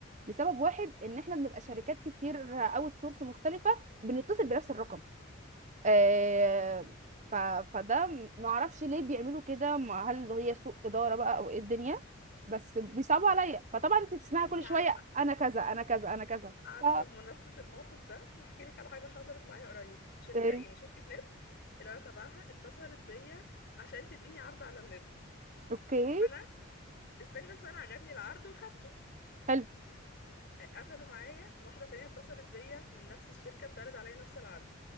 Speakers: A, on the right (about 35°); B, on the left (about 55°).
A: لسبب واحد ان احنا بنبقى شركات كتير اوت سورس مختلفه بنتصل بنفس الرقم آه ف... فده ما اعرفش ليه بيعملوا كده ما- هل هي سوء اداره بقى او ايه الدنيا بس بيصعبوا عليا فطبعا انت تسمعي
B: <laughs> انتي
A: كل شويه
B: عارفه
A: انا كذا انا كذا انا كذا
B: عارفه
A: ف...
B: بمناسبه الموقف ده هحكي لك على حاجه حصلت معايا قريب شركه
A: إيه.
B: يعني شركه نت اللي انا تبعها اتصلت بيا عشان تديني عرض على النت
A: اوكي
B: فانا استني بس فانا عجبني العرض وخدته
A: حلو
B: قفلوا معايا واحدة تانية اتصلت بيا من نفس الشركة بتعرض عليا نفس العرض